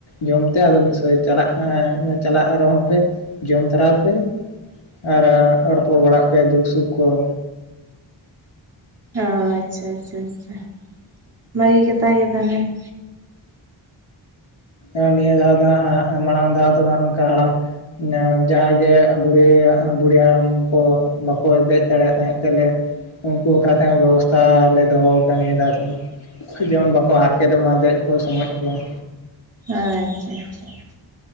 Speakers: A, on the left; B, on the right.
A: ᱡᱚᱢ ᱛᱮ ᱟᱫᱚ ᱢᱤᱫ <unintelligible> ᱪᱟᱞᱟᱜ ᱠᱟᱱᱟ ᱪᱟᱞᱟᱜ ᱨᱮᱦᱚᱸ ᱯᱮ ᱡᱚᱢ ᱛᱚᱨᱟᱭ ᱯᱮ ᱾ ᱟᱨ ᱨᱚᱯᱚᱲ ᱵᱟᱲᱟᱜ ᱯᱮ ᱫᱩᱠ ᱥᱩᱠ ᱠᱚ ᱾
B: ᱚ ᱟᱪᱪᱷᱟ ᱟᱪᱪᱷᱟ ᱟᱪᱪᱷᱟ ᱵᱷᱟᱜᱤ ᱠᱟᱛᱷᱟ ᱜᱮ ᱛᱟᱦᱞᱮ ᱾
A: ᱮᱸ ᱱᱤᱭᱟᱹ ᱫᱷᱟᱣ ᱫᱚ ᱦᱟᱸᱜ ᱢᱟᱲᱟᱝ ᱫᱷᱟᱣ ᱫᱚ ᱦᱟᱸᱜ ᱚᱱᱠᱟ ᱦᱟᱲᱟᱢ ᱡᱟᱦᱟᱸᱭ ᱜᱮ ᱵᱩᱲᱦᱤ ᱵᱩᱲᱦᱤ ᱦᱟᱲᱟᱢ ᱠᱚ ᱵᱟᱠᱚ ᱫᱮᱡ ᱫᱟᱲᱮᱭᱟᱜ ᱛᱟᱦᱮᱸᱫ ᱛᱮᱞᱮ ᱼᱼ ᱩᱝᱠᱩ ᱵᱟᱠᱷᱨᱟ ᱛᱮᱦᱚᱸ ᱵᱮᱵᱚᱥᱛᱷᱟ ᱞᱮ ᱫᱚᱦᱚ ᱠᱟᱜ-ᱟ ᱱᱤᱭᱟ. ᱫᱷᱟᱣ ᱠᱷᱚᱱ ᱡᱮᱢᱚᱱ ᱵᱟ ᱠᱚ ᱦᱟᱨᱠᱮᱛᱚᱜ ᱢᱟ ᱫᱮᱡ ᱠᱚ ᱥᱚᱢᱚᱡ ᱠᱚ ᱾
B: ᱟᱪᱪᱷᱟ ᱟᱪᱪᱷᱟ ᱾